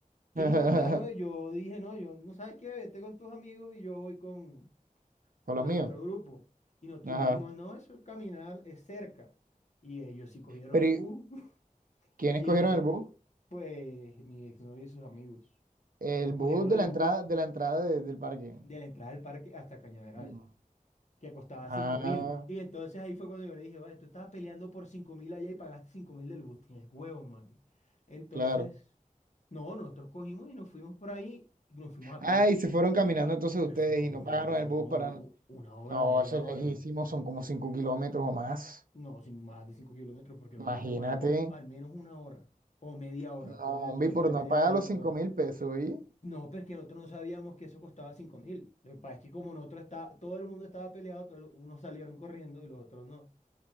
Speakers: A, on the left; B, on the right.
A: Y
B: <laughs>
A: entonces, claro, yo dije, no, yo, no sabes qué, vete con tus amigos y yo voy con,
B: Con
A: con
B: los míos.
A: el otro grupo. Y nosotros
B: Ajá.
A: dijimos, no, eso caminar es cerca. Y ellos sí cogieron
B: Pero,
A: el
B: ¿y
A: bus. <laughs>
B: ¿quiénes
A: Y,
B: cogieron el bus?
A: pues mi exnovio y sus amigos.
B: El
A: Ellos
B: bus
A: cogieron
B: de
A: el
B: la entrada,
A: bus
B: de la entrada de- del parque.
A: de la entrada del parque hasta Cañaveral,
B: Mm.
A: que costaba
B: Ah,
A: cinco mil. Y entonces ahí fue cuando yo le dije, vale, tú estabas peleando por cinco mil allá y pagaste cinco mil del bus. Tienes huevo, Mario. Entonces,
B: claro.
A: no, nosotros cogimos y nos fuimos por ahí y nos fuimos a
B: Ah,
A: pie.
B: y se fueron caminando entonces
A: Pero
B: ustedes
A: fue como
B: y no
A: media,
B: pagaron
A: fue
B: el bus
A: como
B: para,
A: u- una hora,
B: No,
A: media
B: eso es
A: hora.
B: lejísimo, son como 5 kilómetros o más.
A: No, sin más de 5 kilómetros, porque nosotros
B: Imagínate.
A: demoramos al menos una hora o media hora.
B: No,
A: Ponle
B: hombre,
A: tú
B: y
A: entre
B: por no
A: media
B: pagar
A: hora y
B: los
A: una
B: cinco
A: hora.
B: mil pesos, ¿y?
A: No, pero es que nosotros no sabíamos que eso costaba cinco mil. Lo que pasa es que como nosotros está, todo el mundo estaba peleado, todo el- unos salieron corriendo y los otros no.